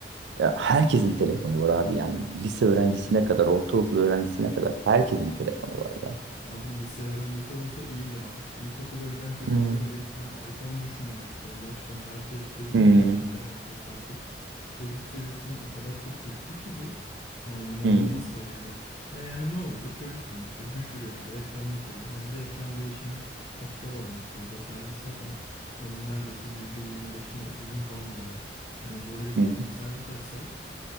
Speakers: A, on the right; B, on the left.
A: ya herkesin telefonu var abi yani lise öğrencisine kadar ortaokul öğrencisine kadar herkesin telefonu var ya.
B: Abi lise öğrencisi olsa iyi ya. İlkokula giden çocukların
A: Hı
B: elinden iPhone düşmüyor artık Allah aşkına. Herkes dediğin
A: hı
B: gerçekten herkes artık çocuk seviyesine o kadar çok düştü ki bu. Yani inanılmaz
A: hı
B: seviyede. Ve yani ne oluyor? Çocuk sonuçta düşürüyor abi ekranını kırıyor. Hani bir ekran değişimi kaç para olmuş burada? Servis zaten onun neredeyse %25'ini otuzunu falan alıyor. Hani böyle bir teknik
A: hı
B: servis açsa